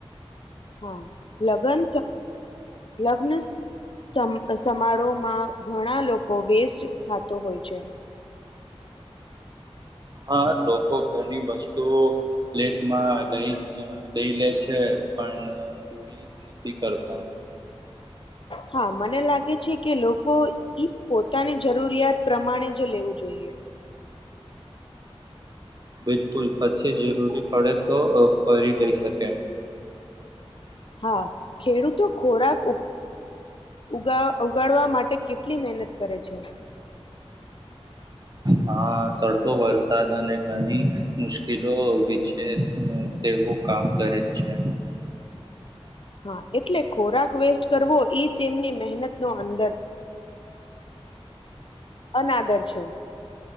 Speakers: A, on the left; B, on the right.
A: હા, લગ્ન લગ્ન-સમારોહમાં ઘણા લોકો વેસ્ટ થતો હોય છે.
B: હા, લોકો ઘરની વસ્તુ પ્લેટમાં લઈ લઈ લે છે, પણ પૂરી નથી કરતા.
A: હા, મને લાગે છે કે લોકો ઈ પોતાની જરૂરિયાત પ્રમાણે જ લેવું જોઈએ.
B: બિલકુલ, પછી જરૂરી પડે તો ફરી લઈ શકે.
A: હા, ખેડૂતો ખોરાક ઉગા ઉગાડવા માટે કેટલી મહેનત કરે છે.
B: હા, તડકો, વરસાદ અને ઘણી મુશ્કેલો વિકસે છે તેવું કામ કરે જ છે.
A: હા એટલે ખોરાક વેસ્ટ કરવો, એ તેમની મહેનત નો અંદર અનાદર છે.